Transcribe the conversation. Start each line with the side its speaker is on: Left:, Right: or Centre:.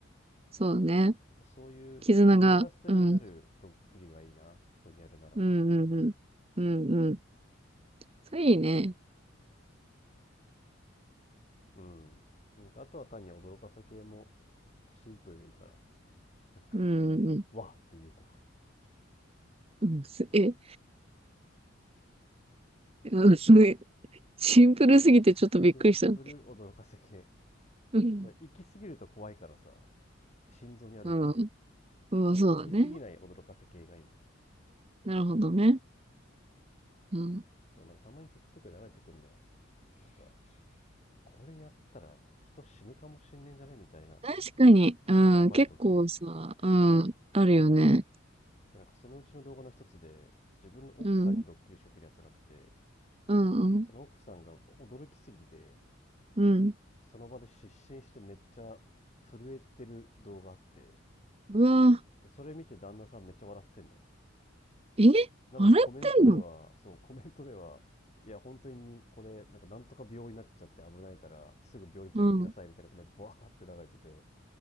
Right: そうね。
Left: なんかそういうプラスになるドッキリがいいな。
Right: 絆が。うん。
Left: 人にやるなら。
Right: うんうんうん。うんうん。それいいね。
Left: うん。なんかあとは単に驚かせ系もシンプルでいいから。なんか、
Right: うんうん。
Left: わっていうとか。
Right: うんす、え、<laughs> うん、すごい。シンプルすぎてちょっとびっくりした。
Left: シンプル驚かせ系。
Right: うん。
Left: ただ行き過ぎると怖いからさ、心臓に悪いから。
Right: うん。うん、
Left: なんか行き過ぎない驚かせ系がいいな。
Right: そうだね。なるほどね。うん。
Left: そう、なんかたまに TikTok で流れてくるんだよ。なんかこれやったら人死ぬかもしんねえんじゃねみたいな
Right: 確かに、うん、
Left: やばいドッキリ
Right: 結構さ、うん、あるよね。
Left: でなんかそのうちの動画の一つで自分の奥さんにドッキリ仕掛けるやつがあって
Right: うん、うん、うん、
Left: その奥さんが驚きすぎて
Right: うん。
Left: その場で失神してめっちゃ震えてる動画あって
Right: うわ、
Left: でそれ見て旦那さんめっちゃ笑ってんだよ
Right: え
Left: なのにコメントではそうコメントではいや本当にこれなんかなんとか病院になっちゃって危ないからすぐ病院連れてきなさいみたいなコメントバーって流れてて
Right: あれってんのうん。